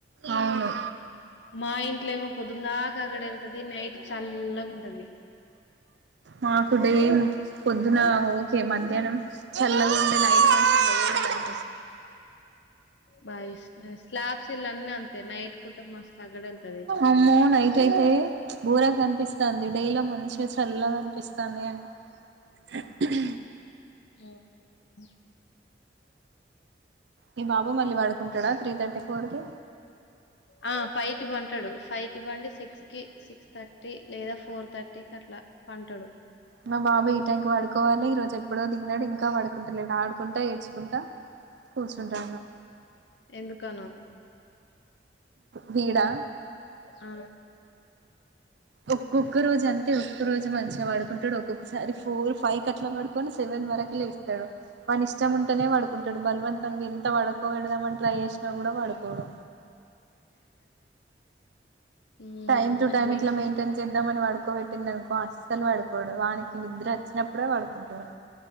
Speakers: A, on the right; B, on the left.
A: అవును
B: మా ఇంట్లో ఏమో పొద్దుందాకా ఆగడు ఎల్తది నైట్ చల్లగా ఉంటది.
A: మాకు డే పొద్దున ఓకే మధ్యాహ్నం చల్లగా ఉండే నైట్ కొంచం వె.
B: బాయ్స్ స్లాబ్స్ ఇలా అన్ని అంతే నైట్ కుట ఆగడు ఎల్తది.
A: అమ్మో నైట్ అయితే బూరా కనిపిస్తంది డై లో మంచిగా చల్లనిపిస్తుంది. స్తుంది
B: ఉమ్.
A: మీ బాబు మళ్ళీ పడుకుంటాడా త్రీతటిఫోర్ కి.
B: ఆ ఫైవ్ కి పంటాడు ఫైవ్ కి పండి సిక్స్ కి సిక్స్ తర్టీ. తర్టీ లేదా ఫోర్ తర్టీకి అట్లా పంటాడు.
A: మా బాబు ఈ టైమ్ కి పడుకోవాలి ఈ రోజు ఎప్పుడో తిన్నడు ఇంకా పడుకుంటలేదు ఆడుకుంటా ఏడ్చుకుంటా. కూర్చుంటాను
B: ఎందుకనో.
A: వీడా.
B: ఆ.
A: ఒక్కొక్క రోజు అంటే ఒక్క రోజు మంచిగా పడుకుంటాడు ఒక్కొక్కసారి ఫోర్ ఫైవ్ కి అట్లా పడుకొని సెవెన్ వరకు లేస్తాడు వాని ఇష్టం ఉంటేనే పడుకుంటాడు బలవంతంగా ఎంత పడుకో పెడదాం అని ట్రై చే సినా కూడా పడుకోడు
B: ఉమ్
A: టైం టు టైం
B: మిస్
A: ఇట్లా మెయింటైన్ చేద్దామని వాడు పడుకో పెట్టిందనుకో అస్సలు పడుకోడు వానికి నిద్ర వచ్చినప్పుడే పడుకుంటాడు